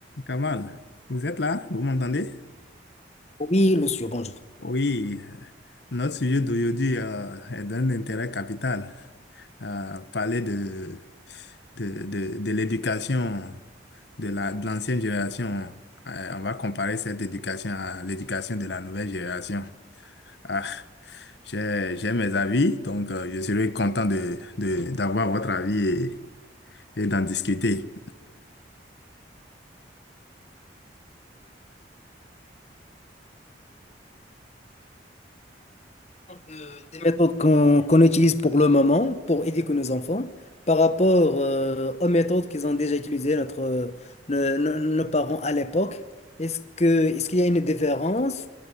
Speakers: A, on the left; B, on the left.
A: Kamal, vous êtes là? Vous m'entendez?
B: Oui, le sûr, bonjour.
A: Oui, euh, notre sujet d'aujourd'hui euh, est d'un intérêt capital. Euh, parler de, de, de, de l'éducation de la, de l'ancienne génération. Euh, on va comparer cette éducation à l'éducation de la nouvelle génération. Ah, j'ai, j'ai mes avis, donc euh, je serais content de, de, d'avoir votre avis et, et d'en discuter.
B: Euh, des méthodes qu'on qu'on utilise pour le moment pour éduquer nos enfants par rapport euh, aux méthodes qu'ils ont déjà utilisées notre, euh, nos, nos- nos parents à l'époque. Est-ce que, est-ce qu'il y a une différence?